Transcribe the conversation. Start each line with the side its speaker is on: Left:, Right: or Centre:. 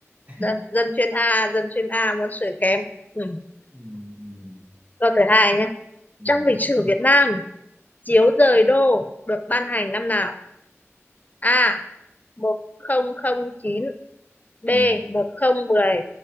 Right: <laughs>
Left: Dân, dân chuyên A, dân chuyên A, môn sử kém. Ừ.
Right: ừ, ừ,
Left: Câu thứ hai nhé.
Right: ừ,
Left: Trong lịch sử Việt Nam, chiếu rời đô được ban hành năm nào? A. một nghìn không trăm chín D
Right: ừ,
Left: một không mười